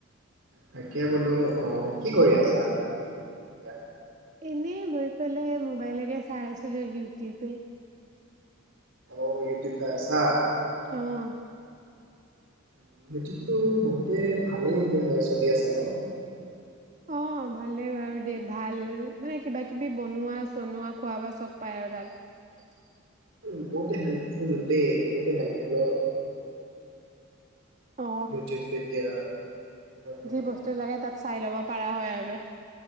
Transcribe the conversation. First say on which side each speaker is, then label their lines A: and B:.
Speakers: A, on the right (about 65°); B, on the right (about 35°).
A: তাকে বোলো অ কি কৰি আছা এতিয়া?
B: এনেই লৈ পেলাই মোবাইলকে চাই আছিলো ইউটিউবে
A: অ ইউটিউব চাই আছা।
B: অঁ
A: <inaudible> বহুত এ ভালেই এতিয়া হৈ আছো। চলি আছে ন
B: অ' ভালেই বাৰু দেই ভাল মানে কিবা কিবি বনোৱা চনোৱা খোৱা বোৱা চব পায় আৰু তাত
A: উম, বহুতে হেল্পফুল দেই বহুতে হেল্পফুল
B: অ
A: ইউটিউব এতিয়া, বৰ্তমানত
B: যি বস্তু লাগে তাত চাই ল'ব পাৰা হয় আৰু।